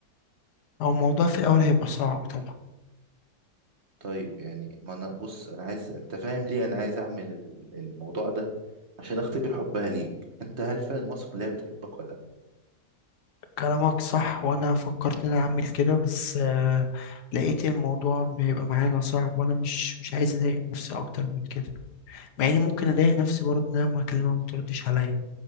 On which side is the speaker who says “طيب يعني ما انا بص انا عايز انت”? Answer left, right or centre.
Right